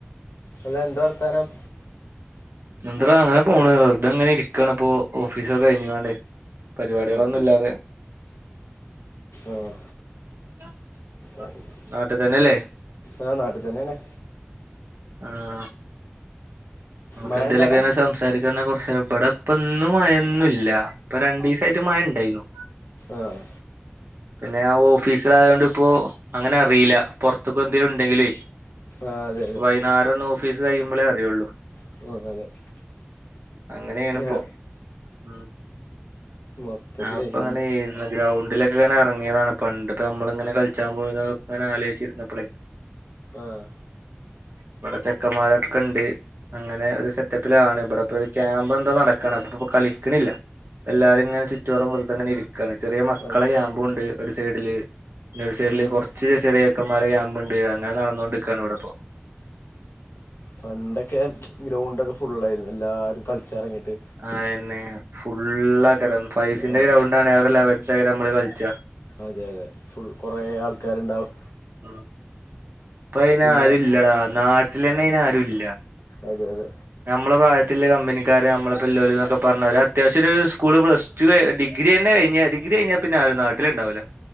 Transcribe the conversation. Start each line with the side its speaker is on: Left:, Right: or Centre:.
Left: അല്ല എന്ത വർത്താനം
Right: എന്ത്രടാ അങ്ങനെ പോണ് വെറുതങ്ങനെ ഇരിക്കണ്പ്പോ ഓഫീസ് ഒക്കെ കഴിഞ്ങ്ങാണ്ടേ പരിപാടികളൊന്നുംല്ലാതെ
Left: ആഹ് ആഹ്
Right: <unintelligible>
Left: അ <unintelligible>
Right: ന്നാട്ട്ത്തനല്ലേ?
Left: ആഹ് ന്നാട്ട് തനേണ്.
Right: ആഹ് ന്നമ്ക്കെന്തേലൊക്കെ
Left: മഴണ്ടോ അവ്ടെ
Right: ഇങ്ങനെ സംസാരിക്കന്നാ കൊറേ- ഇപടെപ്പ ഇന്ന് മയൊന്നുല്ല ഇപ്പ രണ്ടീസായ്ട്ട് മയ ഇണ്ടായിന്നു.
Left: ആഹ്
Right: പിനെ ഞാൻ ഓഫീസിലായൊണ്ട് ഇപ്പോ അങ്ങന അറിയില പൊറത്ത് ക്ക് എന്തേലും ഉണ്ടങ്കിലേ.
Left: ആഹ് അതെ അതെ
Right: വൈന്നാരം ഒന്ന് ഓഫീസ് കയ്യുമ്പളേ അറിയൊള്ളു.
Left: <unintelligible>
Right: അങ്ങനേണ്പ്പോ
Left: ഞാ
Right: മം
Left: മൊത്തത്തിലേ
Right: അപ്പങ്ങനേഴ്
Left: എൽ
Right: - അന്ന് ഗ്രൗണ്ടിലൊക്കെങ്ങനെ എറങ്ങിയതാണ് പണ്ട് ഇപ്പഞമ്മള്ങ്ങനെ കളിച്ചാൻ പോയിന്നതൊക്കെ ആലോയ്ച്ചിരുന്നപ്പളേ.
Left: ആഹ്
Right: ഇവിടെ ചെക്കന്മാരൊക്ക്‌ണ്ട്. അങ്ങനെ ഒരു സെറ്റപ്പിലാണ് ഇവിടെപ്പൊരു ക്യാമ്പ് എന്തോ ന്നടക്കണ് അപ്പ ഇപ്പ കളിക്ക്ണില്ല. എല്ലാരും ഇങ്ങനെ ചുറ്റോറം വെർത്ങ്ങനെ ഇരിക്കാണ് ചെറിയ മക്കളെ
Left: അതെ
Right: ക്യാമ്പുംണ്ട്. ഒര് സെയ്‌ഡില് പിനെ ഒരു സെയ്‌ഡില്
Left: ഉം ഉം
Right: കൊറച്ച് ചെറിയചെക്കന്മാരെ ക്യാമ്പ് ണ്ട് അങ്ങനെ ന്നടന്നോണ്ട്ക്കാണ് ഇവടപ്പോ.
Left: പണ്ടൊക്കെ ച്ച് ഗ്രൗണ്ടൊക്കെ ഫുള്ളായിര്ന്ന് എല്ലാരും കളിച്ചാ എറങ്ങിട്ട്.
Right: അയനെ ഫുള്ളാക്കരം ഫൈവ്സിന്റെ
Left: ആഹ്
Right: ഗ്രൗണ്ടാണ് അവരെ ലെവൽസൈഡ് നമ്മള് കളിച്ചാ.
Left: അതെ അതെ ഫുൾ കുറെ ആൾക്കാര്ണ്ടാവും.
Right: ആ ഇപ്പയ്നാരുല്ലടാ
Left: പിന്നെ
Right: ന്നാട്ട്ലെനെയ്നാരുല്ല.
Left: അതെ അതെ
Right: നമ്മളെ പ്രായത്തിൽള കമ്പനിക്കാരെ നമ്മള് പിള്ളേരോന്നൊക്കെ പറഞ്ഞ ഒരഅത്യാവശ്യം ഒര് സ്കൂള് പ്ലസ്- ട്ടു എ ഡിഗ്രിയെനെ കൈഞ്ഞ ഡിഗ്രി കയ്ഞ്ഞാ പിനെ ആരും ന്നാട്ടില്ണ്ടാവൂലാ.